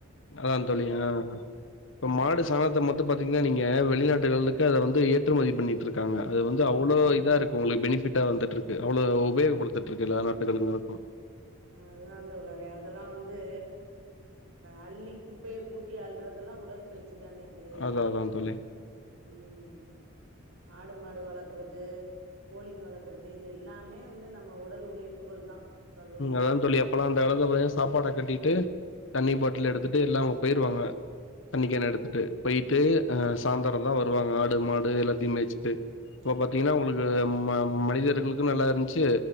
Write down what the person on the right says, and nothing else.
ம்
அ அதான் தோழரே அதெல்லா வந்து அள்ளி குப்பையை கூட்டி அள்றதெல்லா உடற்ப யிற்ச்சிதானே அது
ம் ஆடு மாடு வளக்கறது கோழிங்க வளக்கறது இது எல்லாமே வந்து நம்ம உடல் உழைப்புகள்தா முக்கால்வாசி
ம்
ம்
ஆமா